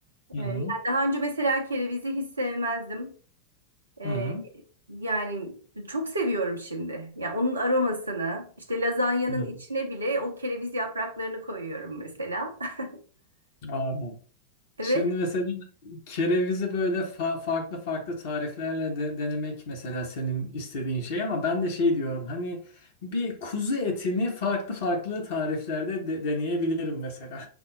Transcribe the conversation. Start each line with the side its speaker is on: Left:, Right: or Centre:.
Left: Hı
Right: E,
Left: hı.
Right: yani daha önce mesela kerevizi hiç sevmezdim. Ee,
Left: Hı hı.
Right: yani çok seviyorum şimdi. Ya onun aromasını, işte lazanyanın
Left: hı.
Right: içine bile o kereviz yapraklarını koyuyorum mesela. <laughs>
Left: Aa.
Right: Evet.
Left: Şimdi mesela kerevizi böyle fa- farklı farklı tariflerle de denemek mesela senin istediğin şey ama ben de şey diyorum hani bir kuzu etini farklı farklı tariflerde de- deneyebilirim mesela.